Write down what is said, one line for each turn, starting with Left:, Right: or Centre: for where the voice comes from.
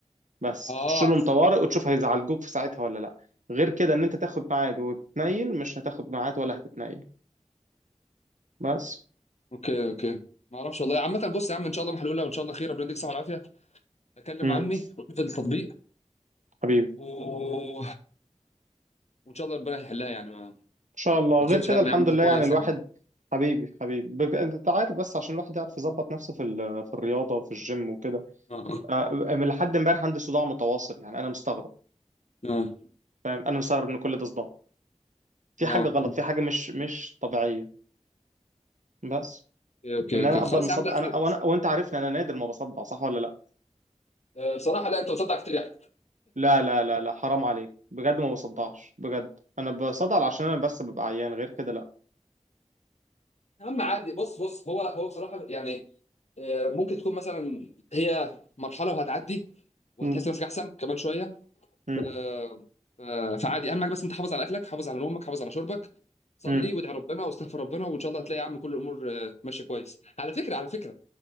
Right: بس
Left: اه
Right: تخش لهم طوارئ وتشوف هيزعلجوك في ساعتها ولا لا غير كده ان انت تاخد ميعاد وتتنيل مش هتاخد ميعاد ولا هتتنيل بس
Left: اوكي اوكي ما اعرفش والله عامة بص يا عم ان شاء الله محلولة وان شاء الله خير ربنا يديك الصحة والعافية اكلم
Right: مم.
Left: عمي واشوف التطبيق
Right: حبيبي ان
Left: و... وان شاء الله ربنا يحلها يعني ما,
Right: شاء الله
Left: ما
Right: غير
Left: تشيلش
Right: كده
Left: هم
Right: الحمد
Left: يا عم انت
Right: لله
Left: كويس
Right: يعني الواحد
Left: يا عم
Right: حبيبي حبيبي بب... انت عارف بس عشان الواحد يعرف يظبط نفسه في ال... في الرياضه وفي الجيم وكده
Left: اه
Right: آه، من لحد امبارح عندي صداع متواصل يعني انا مستغرب
Left: اه
Right: انا مستغرب ان كل ده صداع في
Left: اه
Right: حاجه
Left: اوكي
Right: غلط في حاجه مش مش طبيعيه بس
Left: اوكي
Right: ان
Left: اوكي
Right: انا
Left: خلاص
Right: افضل مصدع
Left: يا عم لا
Right: انا
Left: خير
Right: وانا وانت عارفني انا نادر ما بصدع صح ولا لا
Left: آه، بصراحة لا انت بتصدق كتير يعني
Right: لا لا لا لا حرام عليك بجد ما بصدعش بجد انا بصدع عشان انا بس ببقى عيان غير كده لا
Left: يا عم عادي بص بص هو هو بصراحة يعني آه، ممكن تكون مثلا هي مرحلة وهتعدي وهتحس
Right: مم.
Left: نفسك احسن كمان شوية
Right: مم.
Left: آه، آه، فعادي اهم حاجه بس انت حافظ على اكلك حافظ على نومك حافظ على شربك صلي
Right: مم.
Left: وادعي ربنا واستغفر ربنا وان شاء الله هتلاقي يا عم كل الامور آه، ماشيه كويس على فكره على فكره